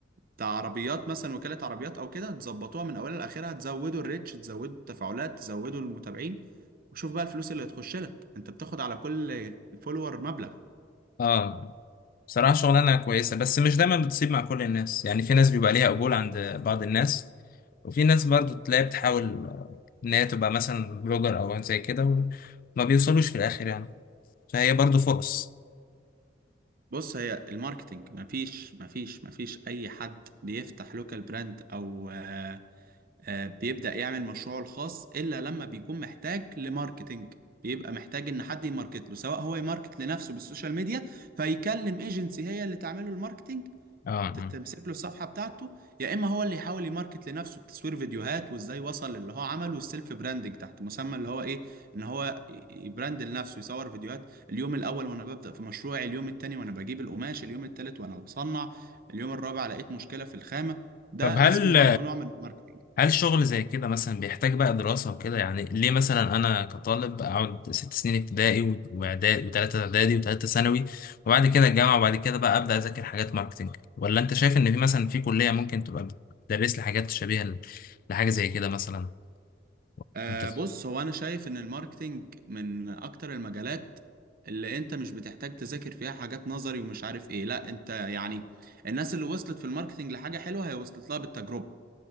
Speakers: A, on the right; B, on the left.
A: بتاع عربيات مثلا وكالة عربيات او كده تظبطوها من اولها لاخرها تزودوا الريتش تزودوا التفاعلات تزودوا المتابعين وشوف بقى الفلوس اللي هتخش لك انت بتاخد على كل فولور مبلغ
B: اه بصراحة شغلانة كويسة بس مش دايما بتصيب مع كل الناس يعني في ناس بيبقى ليها قبول عند بعض الناس وفي ناس برضو تلاقي بتحاول إن هي تبقى مثلا بلوجر أو زي كده وما بيوصلوش في الآخر يعني فهي برضو فرص
A: فبص هي الماركتينج مفيش مفيش مفيش اي حد بيفتح لوكال براند او آه، آه، بيبدأ يعمل مشروعه الخاص الا لما بيكون محتاج لماركتينج بيبقى محتاج ان حد يماركت له سواء هو يماركت لنفسه بالسوشيال ميديا فيكلم ايجنسي هي اللي تعمله الماركتينج
B: اه آه.
A: تمسك له الصفحة بتاعته يا إما هو اللي يحاول يماركت لنفسه بتصوير فيديوهات وإزاي وصل للي هو عمله والسيلف براندنج تحت مسمى اللي هو إيه إن هو يبراند لنفسه يصور فيديوهات اليوم الأول وأنا ببدأ في مشروعي اليوم التاني وأنا بجيب القماش اليوم التالت وأنا بصنع اليوم الرابع لقيت مشكلة في الخامة ده
B: طب هل
A: اسمه برضو نوع من الماركتنج
B: هل شغل زي كده مثلا بيحتاج بقى دراسة وكده يعني ليه مثلا أنا كطالب أقعد ست سنين ابتدائي و- وإعدادي وتلاتة إعدادي وتلاتة ثانوي وبعد كده الجامعة وبعد كده بقى أبدأ أذاكر حاجات ماركتينج ولا أنت شايف إن في مثلا في كلية ممكن تبقى بتدرس لي حاجات شبيهة ل- لحاجة زي كده مثلا
A: آه
B: أنت ف...
A: بص هو انا شايف ان الماركتينج من اكتر المجالات اللي انت مش بتحتاج تذاكر فيها حاجات نظري ومش عارف ايه لا انت يعني الناس اللي وصلت في الماركتينج لحاجة حلوة هي وصلت لها بالتجربة